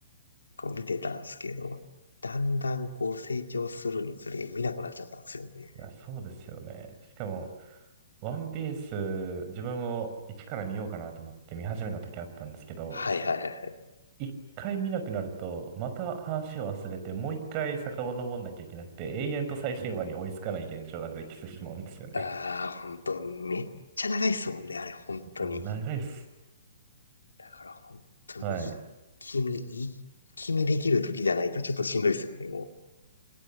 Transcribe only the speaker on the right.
いや、そうですよね。しかも、ワンピース、自分も一から見ようかなと思って見始めた時あったんですけど、
一回見なくなると、また話を忘れて、もう一回遡んなきゃいけなくて、永遠と最新話に追いつかない現象が出てきてしまうんですよね。
<laughs> もう長いっす。
はい。